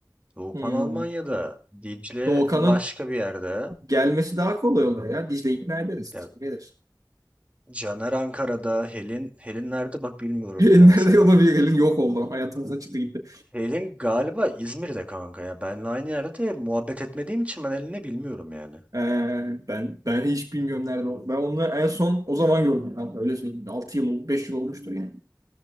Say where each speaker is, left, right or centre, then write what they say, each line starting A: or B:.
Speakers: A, on the right; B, on the right.
A: Doğukan
B: Hmm.
A: Almanya'da. Dicle
B: Doğukan'ın
A: başka bir yerde.
B: gelmesi daha kolay olur ya. Dicle ikna ederiz.
A: Ya
B: Gelir.
A: Caner Ankara'da, Helin, Helin nerede bak bilmiyorum
B: <laughs> Nerede
A: bile mesela.
B: o da bir gelin yok oldu. Hayatımıza çıktı gitti.
A: Helin galiba İzmir'de kanka ya. Benle aynı yerde muhabbet etmediğim için ben Helin'i bilmiyorum yani.
B: Ee, ben ben hiç bilmiyorum nerede o. Ben onu en son o zaman gördüm. Ben öyle söyleyeyim. 6 yıl oldu, 5 yıl olmuştur yani.